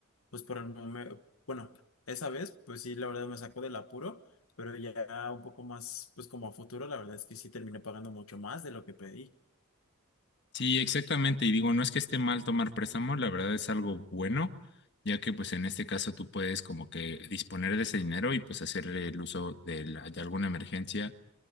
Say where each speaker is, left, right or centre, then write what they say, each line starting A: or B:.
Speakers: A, on the left; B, on the left.
A: pues por el momento, bueno, esa vez, pues sí, la verdad me sacó del apuro, pero ya un poco más, pues como a futuro, la verdad es que sí terminé pagando mucho más de lo que pedí.
B: Sí, exactamente. Y digo, no es que esté mal tomar préstamo, la verdad es algo bueno, ya que pues en este caso tú puedes como que disponer de ese dinero y pues hacer el uso de, la- de alguna emergencia